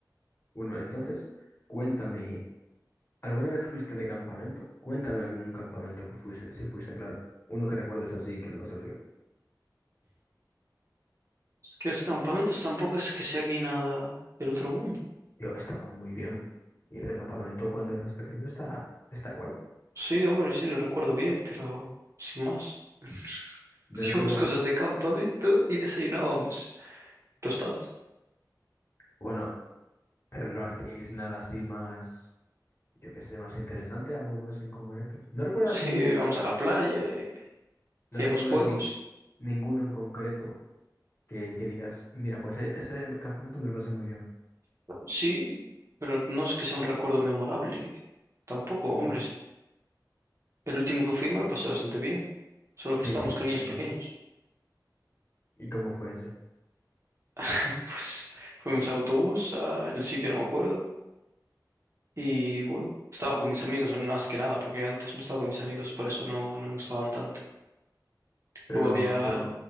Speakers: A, on the left; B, on the right.
A: Bueno, entonces, cuéntame. ¿Alguna vez fuiste de campamento? Cuéntame algún campamento que fuiste, si fuiste, claro. Uno que recuerdes así, que lo vas a
B: Es que los campamentos tampoco es que sea aquí nada del otro mundo.
A: Yo estaba muy bien. Ir de campamento cuando eras pequeño está, está guay.
B: Sí, hombre, sí, lo recuerdo bien, pero sin más. <laughs>
A: ¿No
B: Hacíamos
A: recuerdas?
B: cosas de campamento y desayunábamos tostadas.
A: Bueno, pero no hacíais nada así más, yo qué sé, más interesante, algo más en concreto. ¿No recuerdas
B: Sí,
A: ninguna,
B: íbamos a la playa, eh,
A: no
B: hacíamos
A: recuerdas
B: juegos.
A: nin- ninguno en concreto que, que digas, mira, pues e- ese campamento me lo pasé muy bien?
B: Sí, pero no es que sea un recuerdo memorable. Tampoco,
A: ¿En-
B: hombre. sí. El último que fui me lo pasé bastante bien, solo que
A: ¿Qué
B: estábamos
A: hiciste
B: con niños
A: en
B: pequeños.
A: ese? ¿Y cómo fue ese?
B: <laughs> Pues fuimos a autobús al sitio, no me acuerdo. Y bueno, estaba con mis amigos, no, más que nada, porque antes no estaba con mis amigos, por eso no, no me gustaban tanto.
A: Pero,
B: Luego había
A: pero,